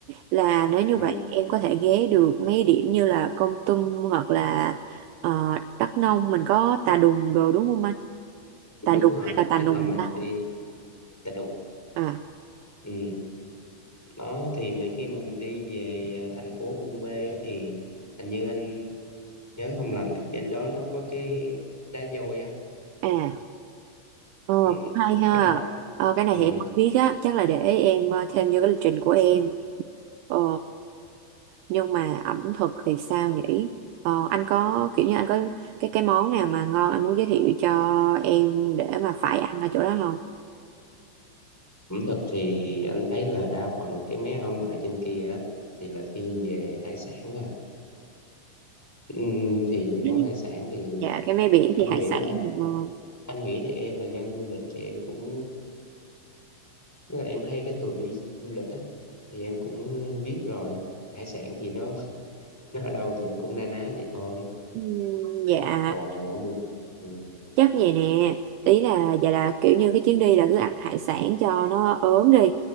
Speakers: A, on the right; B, in the centre.
A: là nếu như
B: Ờ,
A: vậy em có thể ghé được mấy điểm như là Kon Tum hoặc là ờ, Đắk Nông mình có Tà Đùng rồi đúng không anh? Tà
B: đúng
A: Đùng
B: rồi
A: hay là Tà
B: tức
A: Nùng
B: là mình
A: ta?
B: đi Tà Nùng
A: À
B: ừ. đó thì mà khi mà mình đi về à, thành phố Buôn Mê á thì hình như anh nhớ không lầm thì trên đó nó có cái đá dôi á
A: à ờ,
B: ừ.
A: cũng hay ha.
B: cái đó
A: Ờ, cái này
B: ừ.
A: thì em không biết á, chắc là để em ờ, thêm vô cái lịch trình của em. Ờ, nhưng mà ẩm thực thì sao nhỉ? Ờ, anh có kiểu như anh có cái cái món nào mà ngon anh muốn giới thiệu cho em để mà phải ăn ở chỗ đó không?
B: ẩm thực thì anh thấy là đa phần cái mé ở ngoài trên kia á thì là thiên về hải sản rồi ừ. thì những
A: Ừ.
B: món hải sản thì
A: Dạ cái mé biển
B: anh
A: thì hải
B: nghĩ
A: sản
B: là
A: thì ngon
B: anh nghĩ thì em là dân du lịch thì em cũng tức là em hay cái thường đi du lịch á thì em cũng biết rồi hải sản thì nó nó ở đâu thì nó cũng na ná vậy thôi
A: Ừm, dạ
B: còn ở gì ừ,
A: chắc vậy nè ý là dạ là kiểu như cái chuyến đi là cứ ăn hải sản cho nó ốm đi